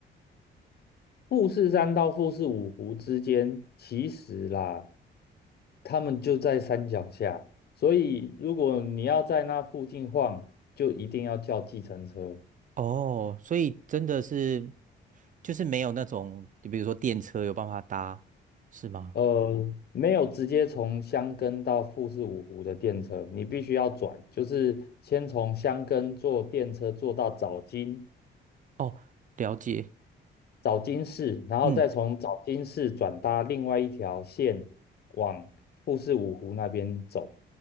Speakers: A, on the left; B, on the right.
A: 富士山到富士五湖之间，其实啦，他们就在山脚下，所以如果你要在那附近晃，就一定要叫计程车。
B: 哦，所以真的是就是没有那种，就比如说电车有办法搭，是吗？
A: 呃，没有直接从箱根到富士五湖的电车，你必须要转，就是先从箱根坐电车坐到早金，
B: 哦，了解，
A: 早金市，然后再从早金市转搭另外一条线往富士五湖那边走。
B: 嗯，